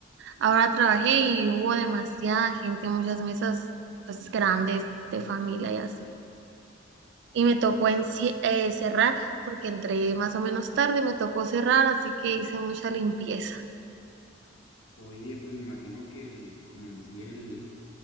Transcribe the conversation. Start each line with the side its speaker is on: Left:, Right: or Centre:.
Right: ahora trabajé y hubo demasiada gente, muchas mesas pues grandes de familia y así. Y me tocó enci- eh, cerrar porque entré más o menos tarde, me tocó cerrar, así que hice mucha limpieza.
Left: Oye, pues me imagino que el, como en sí el,